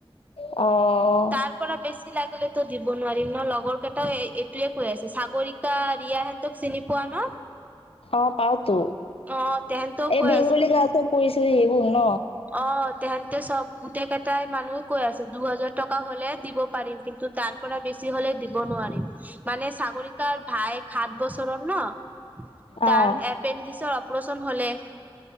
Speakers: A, on the left; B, on the right.
A: অ।
B: তাৰ পৰা বেছি লাগিলে তো দিব নোৱাৰিম ন' লগৰ কেইটাও এইটোয়ে কৈ আছে সাগৰিকা- তাৰ ৰিয়া হেতক চিনি পোৱা ন?
A: অঁ', পাওঁ টো।
B: অ তেহেতও
A: এই
B: কৈ
A: বেংগলী গাছ পৰিছে সেইবোৰ ন?
B: অঁহ', - তেহেতে চব গোটেই কেইটাই মানুহ কৈ আছে দুহাজাৰ টকা হ'লে দিব পাৰিম, কিন্তু তাৰ- পৰা বেছি হ'লে দিব নোৱাৰিম। মানে সাগৰিকাৰাৰ ভাইক সাত বছৰৰ ন' তাৰ
A: অ'
B: এক- পেণ্ডিছৰ অপাৰে্যন হ'লে-